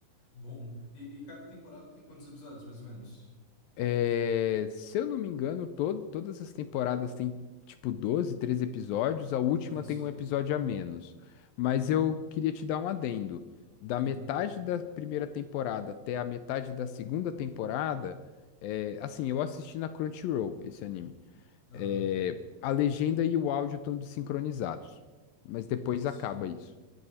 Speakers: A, on the left; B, on the left.
A: bom. E, e cada temporada tem quantos episódios, mais ou menos?
B: É, se eu não me engano, todo, todas as temporadas têm tipo 12, 13 episódios, a última
A: Ah, só.
B: tem um episódio a menos. Mas
A: Hum.
B: eu queria te dar um adendo. Da
A: Ah,
B: metade da primeira temporada até a metade da segunda temporada, é, assim, eu assisti na Crunchyroll esse anime.
A: aham.
B: É, a legenda e o áudio estão desincronizados, mas depois
A: Hum, Só.
B: acaba isso.